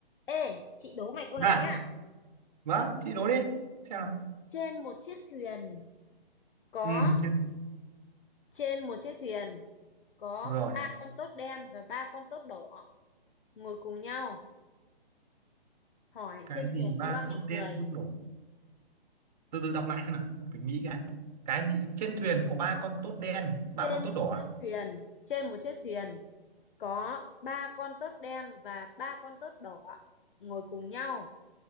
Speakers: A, on the left; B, on the right.
A: Ê, chị đố mày câu này
B: à
A: nhá.
B: vâng chị đố đi xem nào
A: Trên một chiếc thuyền có
B: ừ xem.
A: trên một chiếc thuyền có
B: rồi
A: ba con tốt đen và ba con tốt đỏ ngồi cùng nhau. Hỏi
B: cái
A: trên
B: gì
A: thuyền
B: ba
A: có bao
B: tốt
A: nhiêu người?
B: đen tốt đỏ từ từ đọc lại xem nào phải nghĩ cái cái gì trên thuyền có ba con tốt đen ba
A: Trên
B: con tốt
A: một
B: đỏ à?
A: chiếc thuyền, trên một chiếc thuyền có ba con tốt đen và ba con tốt đỏ ngồi cùng nhau.